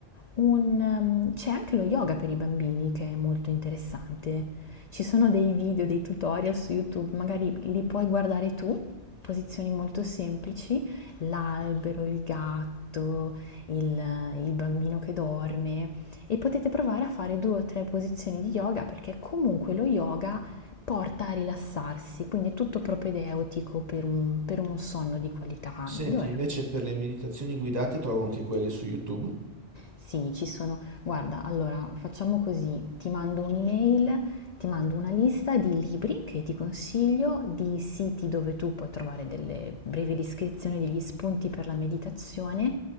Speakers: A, on the left; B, on the right.
A: un, ehm, c'è anche lo yoga per i bambini che è molto interessante. Ci sono dei video, dei tutorial su YouTube, magari li puoi guardare tu, posizioni molto semplici, l'albero, il gatto, il, il bambino che dorme e potete provare a fare due o tre posizioni di yoga perché comunque lo yoga porta a rilassarsi, quindi è tutto propedeutico per un- per uno sonno di qualità
B: Senti,
A: migliore.
B: invece per le meditazioni guidate trovo anche quelle su YouTube.
A: Sì, ci sono. Guarda, allora facciamo così: ti mando un'email, ti mando una lista di libri che ti consiglio, di siti dove tu puoi trovare delle brevi descrizioni, degli spunti per la meditazione.